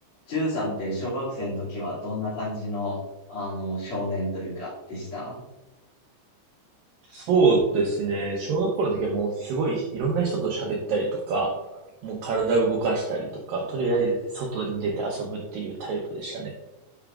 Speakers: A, on the left; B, on the right.
A: ジュンさんって小学生の時はどんな感じの、あの、少年というか、でした
B: そうですね。小学校の時はもうすごいいろんな人と喋ったりとか、もう体を動かしたりとか、とりあえず外に出て遊ぶっていうタイプでしたね。